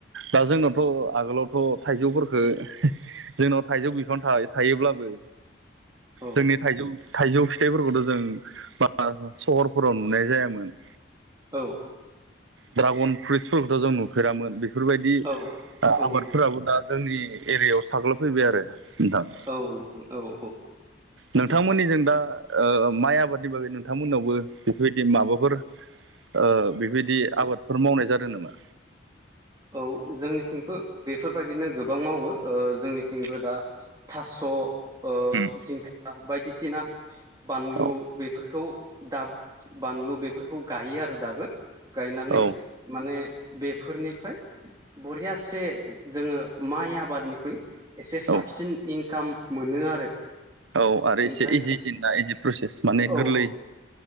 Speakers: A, on the right; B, on the right.
A: दा जोंनाथ' आगोलावथ' थाइजौफोरफोरखो जोंनाव थाइजौ बिफां थाय थायोब्लाबो
B: औ
A: जोंनि थाइजौ थाइजौ फिथाइफोरखौथ' जों बारा सहरफोराव नुनाय जायामोन
B: औ
A: ड्रागन फ्रुइट्सफोरखौथ' जों नुफेरामोन बेफोरबायदि
B: औ
A: ओ
B: औ
A: आबादफोराबो दा जोंनि एरियायाव साग्लोबफैबाय आरो नोंथां
B: औ नोंथां औ औ
A: नोंथांमोननिजों दा ओ माइ आबादनि बागै नोंथांमोननावबो बेफोरबायदि माबाफोर ओ बेबायदि आबादफोर मावनाय जादों नामा
B: औ जोंनिथिंबो बेफोरबायदिनो गोबां मावो ओ जोंनिथिंबो दा थास' ओ
A: उम
B: जिंखा बायदिसिना बानलु
A: औ
B: बेफोरखौ दाब बानलु बेफोरखौ गायो आरो दाबो गायनानै
A: औ
B: माने बेफोरनिफ्राय बरियासे जोङो माइ आबादनिख्रुइ एसे साबसिन
A: औ
B: इनकाम मोनो आरो
A: औ आरो
B: ओमफ्राय
A: इसे इजिसिनना इजि प्रसेस माने
B: औ
A: गोरलै